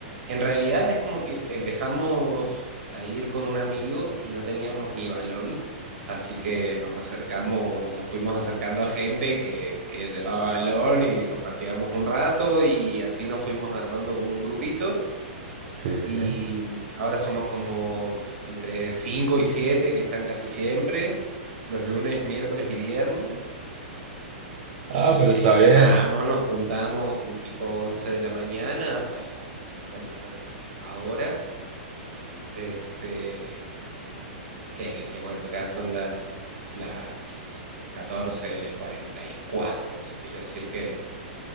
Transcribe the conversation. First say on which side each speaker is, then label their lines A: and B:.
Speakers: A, on the right (about 80°); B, on the right (about 50°).
A: En realidad es como que empezamos a ir con un amigo y no teníamos ni balón, así que nos acercamos, nos fuimos acercando a gente que, que llevaba balón y compartíamos un rato y así nos fuimos armando como un grupito
B: Sí, sí,
A: y
B: sí.
A: ahora somos como entre 5 y 7 que están casi siempre, los lunes, miércoles y viernes
B: Ah,
A: y
B: pero
A: ahí
B: está bien.
A: vamos, nos juntamos tipo 11 de la mañana hasta la, bueno, hasta ahora este, que, que bueno, acá son las, las catorce cuarenta y cuatro eso quiere decir que